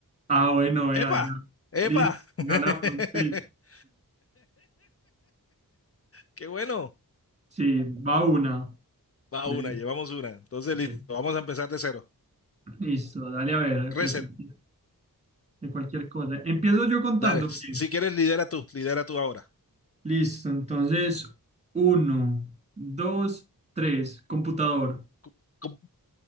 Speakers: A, on the right; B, on the left.
A: Ah, bueno, vea,
B: ¡Epa!
A: ya.
B: ¡Epa!
A: Listo,
B: <laughs>
A: ganamos, sí.
B: ¡Qué bueno!
A: Sí, va una.
B: Va
A: De,
B: una, llevamos una. Entonces, listo,
A: de-
B: vamos a empezar de cero.
A: Listo, dale a ver,
B: Reset,
A: de cualquier, de cualquier cosa. Empiezo yo contando.
B: dale.
A: ok.
B: Si si quieres, lidera tú, lidera tú ahora.
A: Listo, entonces, uno, dos, tres, computador.
B: Com- com-